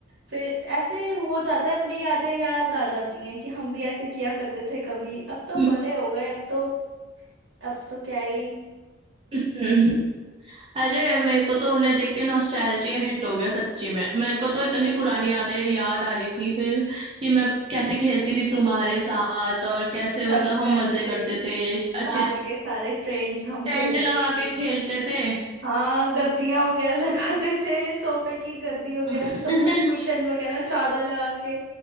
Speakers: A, on the right (about 80°); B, on the right (about 30°).
A: फिर ऐसे हो जाता है अपनी यादें याद आ जाती हैं कि हम भी ऐसे किया करते थे कभी अब तो
B: हम्म,
A: बड़े हो गए अब तो अब तो क्या ही
B: हम्म, हम्म। अरे मेरे को तो उन्हें देख के नॉस्टैल्जिया हिट हो गया सच्ची में मेरे को तो इतनी पुरानी यादें याद आ रही थी फिर कि मैं कैसे खेलती थी तुम्हारे साथ और कैसे
A: छत
B: मतलब
A: पे
B: हम
A: आते
B: मजे
A: थे
B: करते थे अच्छे
A: सारे के सारे फ्रेंड्स हम
B: टेंट
A: खेलते
B: लगा
A: थे
B: के खेलते थे
A: हाँ गद्दियां वगैरह <laughs> लगाते थे सोफे की गद्दी वगैरह
B: <laughs>
A: सब कुछ कुशन वगैरह चादर लगा के